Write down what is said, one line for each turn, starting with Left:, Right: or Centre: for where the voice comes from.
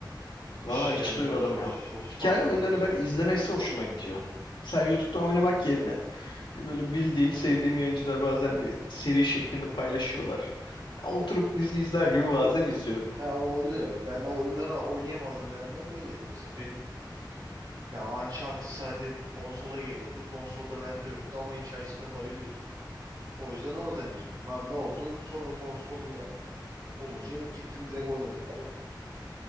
Right: İş
Left: Valla hiç
Right: yani
Left: duymadım
Right: çok
Left: ya.
Right: çok
Left: Hikaye
Right: farklı.
Left: oyunları ben izlemesi hoşuma gidiyor. Mesela YouTube'dan oynamak yerine böyle bildiğim, sevdiğim yayıncılar bazen bir seri şeklinde paylaşıyorlar. Oturup dizi izler gibi bazen izliyorum.
Right: Ha o oluyor. Ben o oyunları oynayamadığım dönemlerde öyleydi mesela. Benim ya Uncharted sadece konsola geliyordu. Konsolda bende yoktu ama hikayesine bayılıyordum. O yüzden oradan izliyordum. Ha ne oldu? Sonra konsol Olunca gittim direkt oynadım falan.